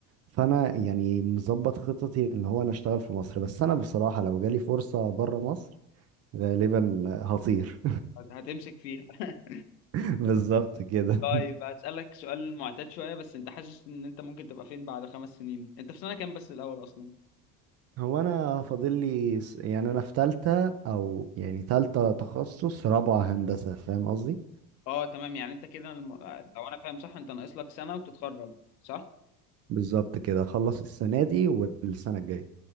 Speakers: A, on the right; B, on the left.
A: فانا يعني مظبط خططي ان هو انا اشتغل في مصر بس انا بصراحه لو جالي فرصه بره مصر غالبا هطير
B: هت- هتمسك فيها <laughs>
A: <laughs> بالظبط كده
B: طيب هسألك سؤال معتاد شويه بس انت حاسس ان انت ممكن تبقى فين بعد خمس سنين انت في سنه كام بس الاول اصلا
A: هو انا فاضل لي س- يعني انا في تالتة او يعني تالتة تخصص رابعة هندسة فاهم قصدي
B: اه تمام يعني انت كده الم... لو انا فاهم صح انت ناقص لك سنه وتتخرج صح
A: بالظبط كده اخلص السنة دي والسنة الجاية